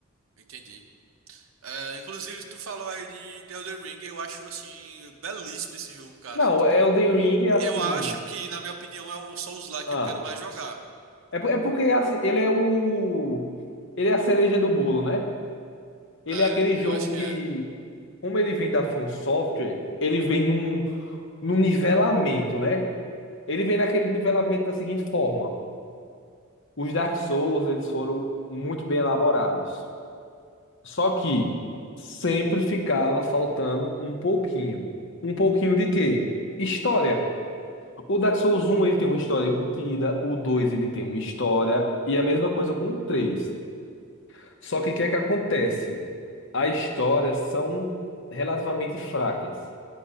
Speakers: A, on the right (about 70°); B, on the left (about 60°).
A: entendi. É, inclusive, tu falou aí de, de Elden Ring, eu acho, assim, belíssimo esse jogo, cara.
B: Não,
A: Tipo,
B: é
A: eu
B: o Elden Ring é assim...
A: eu acho que, na minha opinião, é o Souls-like
B: Ah,
A: que eu quero mais jogar.
B: é, por- é porque assim, ele é o... Ele é a cereja do bolo, né? Ele
A: É,
B: é aquele jogo
A: eu acho
B: que,
A: que é.
B: como ele vem da From Software, ele vem num, num nivelamento, né? Ele vem naquele nivelamento da seguinte forma. Os Dark Souls, eles foram muito bem elaborados. Só que sempre ficava faltando um pouquinho. Um pouquinho de quê? História. O Dark Souls um ele tem uma história embutida, o 2 ele tem uma história, e a mesma coisa com o 3. Só que o que é que acontece? As histórias são relativamente fracas.